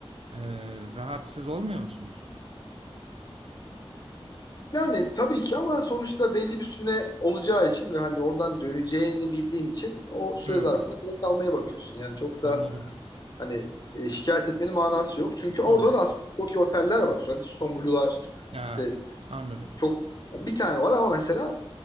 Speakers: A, on the right; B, on the left.
A: e, rahatsız olmuyor musunuz?
B: yani tabii ki ama sonuçta belli bir süre olacağı için ve hani oradan döneceğini bildiğin için o süre
A: Hmm,
B: zarfında kalmaya bakıyorsun. Yani çok
A: anladım.
B: da Hani e, şikayet etmenin manası yok. Çünkü orada
A: Anladım.
B: da aslında çok iyi oteller var. Radisson Blu'lar
A: Ya
B: işte
A: anladım.
B: çok bir tane var ama mesela